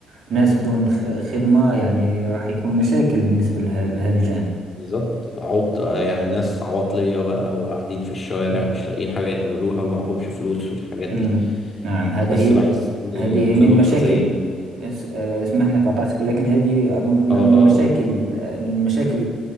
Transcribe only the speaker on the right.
ناس بدون خ- خدمة يعني راح يكون مشاكل بالنسبة لها- لهذا الجانب
مم.
نعم هذا
هي
هذه
من
مشاكل
اس- آه، اسمحني قاطعتك لكن هذه أظن أن
من
المشاكل
آه، من مشاكل